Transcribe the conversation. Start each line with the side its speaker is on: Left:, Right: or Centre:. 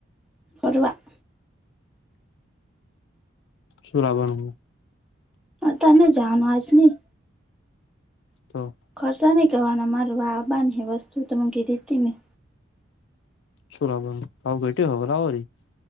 Centre: <inaudible>
Left: શુંરાબનું
Centre: તમે જામ આજ નહી
Left: તો,
Centre: ખર્સા નહી કરવાના મારવા આબવાનુ હ વસ્તુ તમે કીધી હતી મેં
Left: શું લાવવાનું <unintelligible>